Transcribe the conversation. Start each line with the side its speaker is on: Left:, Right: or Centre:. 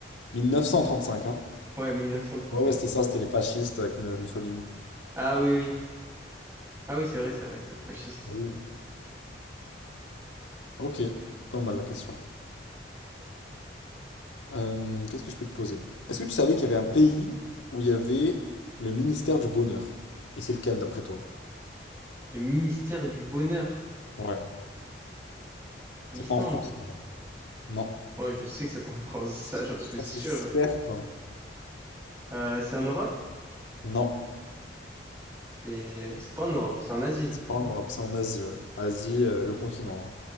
Left: 1935, hein?
Right: Ouais, 1935.
Left: Ouais, ouais, c'était ça, c'était les fascistes avec euh, Mussolini.
Right: Ah oui, oui. Ah oui, c'est vrai, c'est vrai, c'est fasciste.
Left: Ah oui. Ok, pas mal la question. Euh, qu'est-ce que je peux te poser? Est-ce que tu savais qu'il y avait un pays où il y avait le ministère du bonheur? Et c'est lequel d'après toi?
Right: Le ministère du Bonheur,
Left: Ouais,
Right: l'Islande.
Left: c'est pas en France. déjà. Non.
Right: Ouais, je sais que c'est pas en France, <laughs> ça,
Left: Ça,
Right: j'en suis sûr.
Left: c'est certain.
Right: Euh, c'est en Europe?
Left: Non.
Right: C'est c'est pas en Europe, c'est en Asie.
Left: C'est pas en Europe, c'est en Asie, ouais. Asie, euh, le continent.